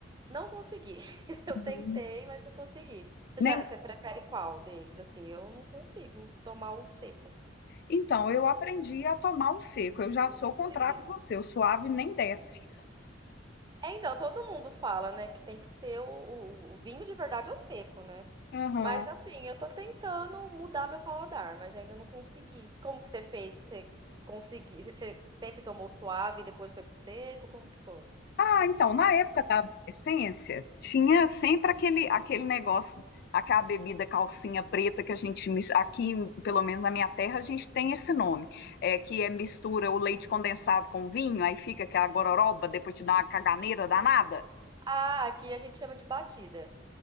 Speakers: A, on the right (about 20°); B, on the left (about 55°).
A: Não consegui. <laughs> Eu
B: Uhum.
A: tentei, mas não consegui. Você
B: Nem...
A: já, você prefere qual deles? Assim, eu não consigo tomar o seco.
B: Então, eu aprendi a tomar o seco. Eu já sou o contrário
A: Aprendeu?
B: de você. O suave nem desce.
A: É, então, todo mundo fala, né, que tem que ser o, o- o vinho de verdade ou seco, né?
B: Aham.
A: Mas assim, eu tô tentando mudar meu paladar, mas ainda não consegui. Como que você fez pra você conseguir? Você você sempre tomou suave e depois foi pro seco? Como que foi?
B: Ah, então, na época da adolescência, tinha sempre aquele, aquele negócio, aquela bebida calcinha preta que a gente, mis- aqui, pelo menos na minha terra, a gente tem esse nome, é, que é mistura o leite condensado com vinho, aí fica aquela gororoba, depois te dá uma caganeira danada.
A: Ah, aqui a gente chama de batida.